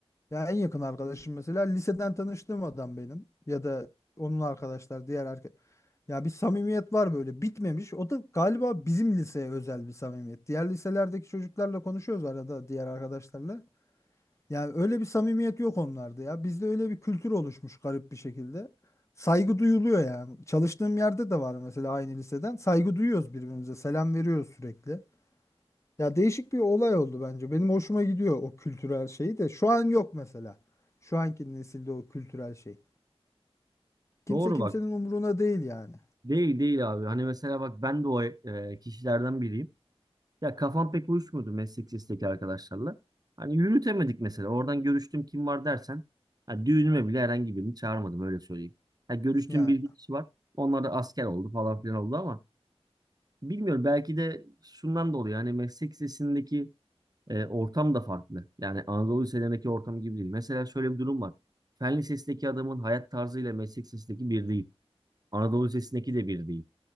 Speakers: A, on the left; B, on the right.
A: Ya en yakın arkadaşım mesela liseden tanıştığım adam benim ya da onun arkadaşlar diğer erkek. Ya bir samimiyet var böyle bitmemiş. O da galiba bizim liseye özel bir samimiyet. Diğer liselerdeki çocuklarla konuşuyoruz arada diğer arkadaşlarla. Yani öyle bir samimiyet yok onlarda ya. Bizde öyle bir kültür oluşmuş garip bir şekilde. Saygı duyuluyor yani. Çalıştığım yerde de var mesela aynı liseden. Saygı duyuyoruz birbirimize. Selam veriyoruz sürekli. Ya değişik bir olay oldu bence. Benim hoşuma gidiyor o kültürel şeyi de. Şu an yok mesela. Şu anki nesilde o kültürel şey. Kimse
B: Doğru
A: kimsenin
B: bak.
A: umuruna değil yani.
B: Değil değil abi. Hani mesela bak ben de o e, kişilerden biriyim. Ya kafam pek uyuşmuyordu meslek lisesteki arkadaşlarla. Hani yürütemedik mesela. Oradan görüştüm kim var dersen. Ha, düğünüme bile herhangi birini çağırmadım öyle söyleyeyim. Ha, görüştüğüm
A: Ya
B: bir iki kişi var. Onlar da asker oldu falan filan oldu ama Bilmiyorum belki de şundan dolayı yani meslek lisesindeki e, ortam da farklı. Yani Anadolu liselerindeki ortam gibi değil. Mesela şöyle bir durum var. Fen lisesindeki adamın hayat tarzıyla meslek lisesindeki bir değil. Anadolu lisesindeki de bir değil.